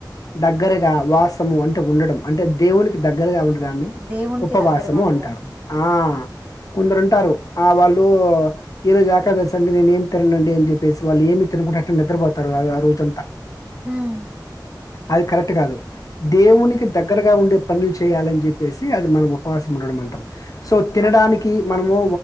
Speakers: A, on the left (about 50°); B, on the right (about 20°).
A: దగ్గరగా వాసము అంటే ఉండడం అంటే దేవునికి దగ్గరగా ఉ దాన్ని
B: దేవునికి
A: ఉపవాసము
B: దగ్గరగా ఉండడం.
A: అంటారు ఆ కొందరుంటారు ఆ వాళ్ళు ఈరోజు ఏకాదశి అండి నేనేం తిననండి అని చెప్ ప్పేసి వాళ్ళు ఏమి తినకుంట అట్ట నిద్రపోతారు ఆ రోజంతా
B: ఉమ్
A: అది కరెక్ట్ కాదు దేవునికి దగ్గరగా ఉండే పనులు చేయాలని చెప్పేసి అది మనం ఉపవాసం ఉండడం అంటాం సో తినడానికి
B: ఓకే.
A: మనము